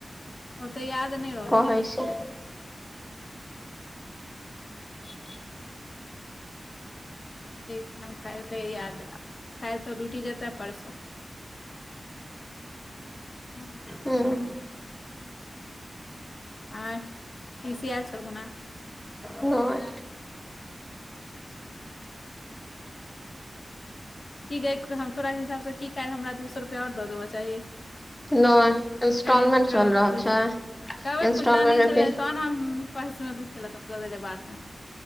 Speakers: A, on the left; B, on the left.
A: ओतेऽ याद नहि रहै।
B: होइ छै।
A: ठीक छै हम काइल क याद राखब काइल त‌ ओ डुटी जेता पड़सो हं
B: हम्म
A: आओर पीसी ऐल छलखुन हैं।
B: नहि
A: अच्छा की गय हम तोरा हिसाब सँ कि काइल हमरा दू सौ रुपया अओर दऽ देबऽ चाही।
B: नहि इंस्टॉलमेंट
A: कहे कह
B: चल रहल
A: खुज
B: छै।
A: कहबै
B: इंस्टॉलमेंट
A: खुदरा नैय
B: मे
A: छलै
B: फिर
A: तहन हम पर्स में नैय छलब दऽ देलै बादमे